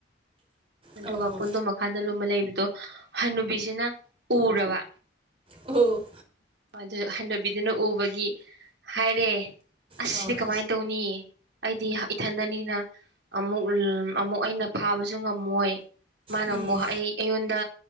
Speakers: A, on the right (about 65°); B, on the right (about 30°).
A: ꯑꯗꯨꯒ
B: ꯑꯣ ꯑꯣ ꯑꯣ
A: ꯄꯟꯗꯣ ꯃꯈꯥꯗ ꯂꯨꯝꯕ ꯂꯩꯕꯗꯣ ꯍꯅꯨꯕꯤꯁꯤꯅ ꯎꯔꯕ
B: ꯑꯣ ꯑꯣ
A: ꯑꯗꯨ ꯍꯟꯊꯕꯤꯗꯨꯅ ꯎꯕꯒꯤ ꯍꯥꯏꯔꯦ ꯑꯁꯗꯤ
B: ꯑꯣ
A: ꯀꯃꯥꯏꯅ ꯇꯧꯅꯤ ꯑꯩꯗꯤ ꯏꯊꯟꯗꯅꯤꯅ ꯑꯃꯨꯛ ꯑꯃꯨꯛ ꯑꯩꯅ ꯐꯥꯕꯁꯨ ꯉꯝꯃꯣꯏ ꯃꯥꯅ
B: ꯎꯝ
A: ꯑꯃꯨꯛ ꯑꯩ ꯑꯩꯉꯣꯟꯗ